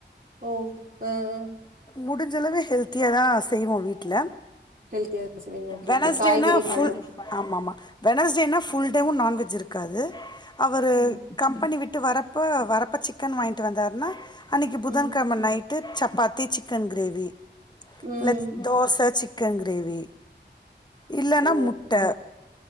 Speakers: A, on the right (about 45°); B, on the left (about 25°).
A: ஓ ஆ ஆ
B: முடுஞ்சளவு ஹெல் த்தியா தா செய்வோ வீட்ல
A: ஹெல்த்தியா செய்வீங்க ஓகே
B: வெனஸ்டேனா
A: ஓகே காய்கறி
B: ஃபுல்
A: பழோ
B: ஆமாமா வெனஸ்டேனா ஃபுல் டேவு நான் வெஜ் இருக்காது அவரு
A: ம்
B: கம்பெனி விட்டு வரப்ப வரப் ப சிக்கன் வாங்கிட்டு வந்தாருன்னா அன்னைக்கு புதன்கழம
A: ம்
B: night chapati chicken gravy
A: ம்
B: இல்ல தோச சிக் கன் கிரேவி இல்லன்னா
A: ஓ
B: முட்ட